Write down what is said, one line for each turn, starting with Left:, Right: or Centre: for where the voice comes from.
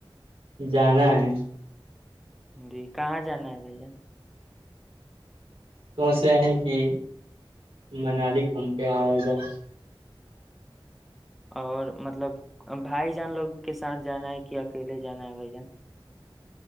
Right: جانا ہے
Centre: جی کہاں جانا ہے بھائی جان
Right: سوچ رہے ہیں کہ منالی گھوم کے آیا جائے
Centre: اور مطلب بھائی جان لوگ کے ساتھ جانا ہے کہ اکیلے جانا ہے بھائی جان